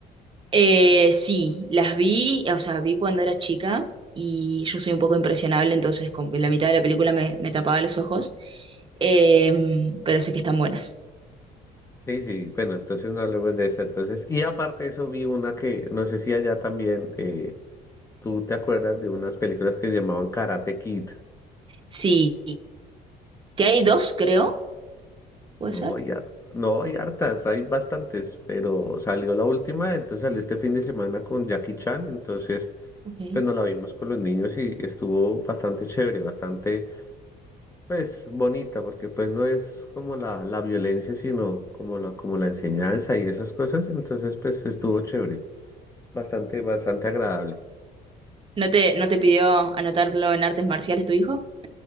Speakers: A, on the right; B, on the left.
A: Eh, sí, las vi, o sea, vi cuando era chica y yo soy un poco impresionable, entonces como que la mitad de la película me, me tapaba los ojos, Em, pero sé que están buenas.
B: Sí, sí, bueno, entonces no hablemos de esa. Entonces, y aparte de eso vi una que, no sé si allá también, eh, tú te acuerdas de unas películas que se llamaban Karate Kid.
A: Sí, que hay dos,
B: Sí.
A: creo, puede
B: No
A: ser.
B: hay, har- no hay hartas, hay bastantes, pero salió la última, entonces salió este fin de semana con Jackie Chan, entonces
A: Ok.
B: pues nos la vimos con los niños y estuvo bastante chévere, bastante, pues, bonita, porque pues no es como la, la violencia, sino como la, como la enseñanza y esas cosas, entonces pues estuvo chévere, bastante, bastante agradable.
A: ¿No te, no te pidió anotarlo en artes marciales tu hijo